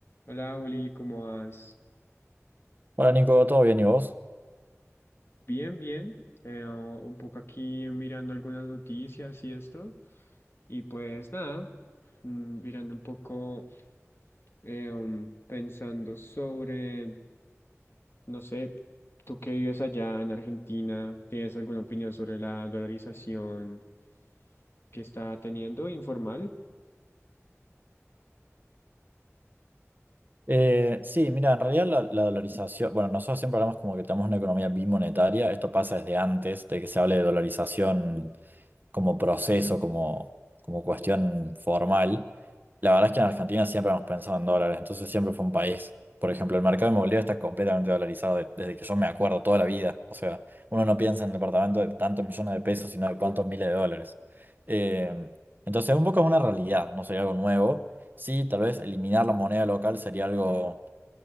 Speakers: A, on the left; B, on the right.
A: Hola, Juli, ¿cómo vas?
B: Hola Nico, ¿todo bien y vos?
A: Bien, bien. Eh, un poco aquí mirando algunas noticias y esto. Y pues nada, mm, mirando un poco, eh, um, pensando sobre, no sé, tú que vives allá en Argentina, ¿tienes alguna opinión sobre la dolarización que está teniendo informal?
B: Eh, sí, mira, en realidad la, la dolarización, bueno, nosotros siempre hablamos como que tenemos una economía bimonetaria, esto pasa desde antes de que se hable de dolarización como proceso, como, como cuestión formal, la verdad es que en Argentina siempre hemos pensado en dólares, entonces siempre fue un país. Por ejemplo, el mercado inmobiliario está completamente dolarizado de- desde que yo me acuerdo toda la vida. O sea, uno no piensa en el departamento de tantos millones de pesos, sino de cuántos miles de dólares. Eh, entonces, un poco es una realidad, no sería algo nuevo. Sí, tal vez eliminar la moneda local sería algo